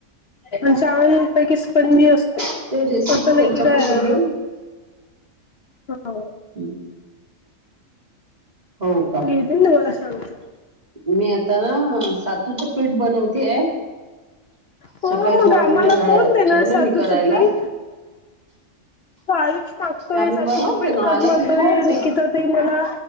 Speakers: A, on the left (about 55°); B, on the right (about 30°).
A: आणि छान पैकी स्पंजी असते तसं
B: ते रेसिपी
A: नाहीं
B: त्यांच्याकडून
A: कि कायं
B: घे
A: हो
B: हं हो का
A: घेतील नां मलां सांगजो
B: मी आंता नां सातूचं पीठ बनवतेय आहे
A: हो
B: सकाळीं
A: मग
B: थोडं
A: आम्हाला
B: ओल ठेवलं
A: कोण देणार सातूचं
B: मी करायंला
A: पीठ आयुष मागतोय
B: आम्ही
A: सातूंच
B: बनवते
A: पीठ
B: ना
A: करं
B: आलं
A: म्हणतोय
B: की खायचं.
A: निकिता ते मलां